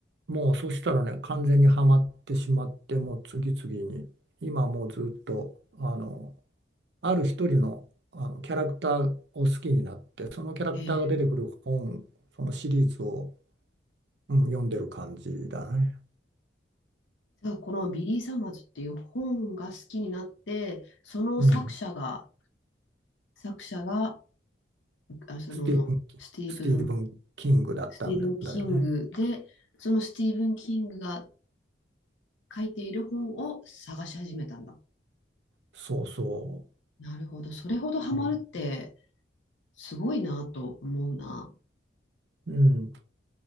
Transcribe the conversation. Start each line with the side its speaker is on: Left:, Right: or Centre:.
Right: もうそしたらね完全にはまってしまってもう次々に今もうずっとあのある一人の、あのキャラクターを好きになってそのキャラクターが出てくる本そのシリーズを、
Left: ええ
Right: うん、読んでる感じだね。
Left: じゃあ、このビリー・サマーズっていう本が好きになって、その作者が、
Right: うん、
Left: 作者が、あ、その、
Right: スティーブン・キンスティーブン・
Left: スティーブン、
Right: キングだったんだ、
Left: スティーブン・キングで、
Right: だよね。
Left: そのスティーブン・キングが書いている本を探し始めたんだ。
Right: そうそ
Left: なるほど。それほどハマるって、
Right: う。うん、
Left: すごいなと思うな。
Right: うん